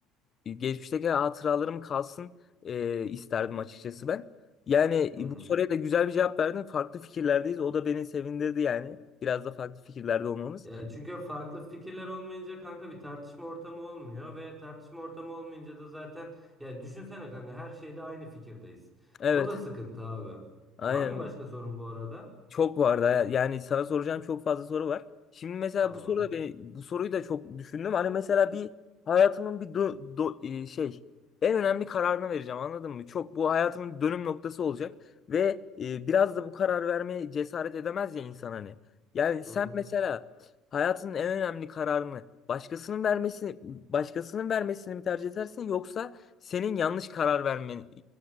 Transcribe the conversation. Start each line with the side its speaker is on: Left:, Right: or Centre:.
Left: geçmişteki hatıralarım kalsın e, isterdim açıkçası ben. Yani
Centre: Hı.
Left: e, bu soruya da güzel bir cevap verdin. Farklı fikirlerdeyiz. O da beni sevindirdi yani. Biraz da farklı fikirlerde olmamız.
Centre: Ya çünkü farklı fikirler olmayınca kanka bir tartışma ortamı olmuyor ve tartışma ortamı olmayınca da zaten ya düşünsene kanka her şeyde aynı fikirdeyiz.
Left: Evet.
Centre: O da sıkıntı abi.
Left: Aynen.
Centre: Var mı başka sorun bu arada?
Left: Çok vardı. Yani sana soracağım çok fazla soru var. Şimdi mesela
Centre: Tamam.
Left: bu soru da beni, bu soruyu da çok düşündüm. Hani mesela bir hayatımın bir do, do- e, şey en önemli kararını vereceğim anladın mı? Çok bu hayatımın dönüm noktası olacak ve e, biraz da bu karar vermeye cesaret edemez ya insan hani. Yani sen
Centre: Hı hı.
Left: mesela hayatının en önemli kararını başkasının vermesini başkasının vermesini mi tercih edersin yoksa senin yanlış karar vermen,